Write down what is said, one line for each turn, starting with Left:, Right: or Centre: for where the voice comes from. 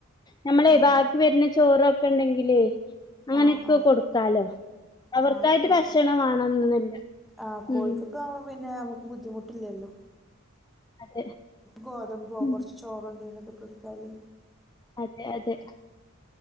Left: ഞമ്മളെ
Centre: ആ
Left: ബാക്കി വര്ണ ചോറൊ ഒണ്ടെങ്കിലുവേ അങ്ങനെയൊക്കെ
Centre: ആ ആ
Left: കൊടുക്കാലോ അവർക്കായിട്ട്
Centre: ആ അതൊക്കെ കൊടുക്കാം
Left: ഭക്ഷണം വേണോന്നു ഒന്നുമില്ല
Centre: ആഹ് കോഴിക്കൊക്കെ
Left: ഉം
Centre: ആവുമ്പോ പിന്നെ നമുക്ക് ബുദ്ധിമുട്ടില്ലല്ലോ
Left: അതെ
Centre: ഗോതമ്പോ
Left: ഉം
Centre: കുറച്ച് ചോറണ്ടെല്ല- കൊടുത്താല്
Left: അതെ അതെ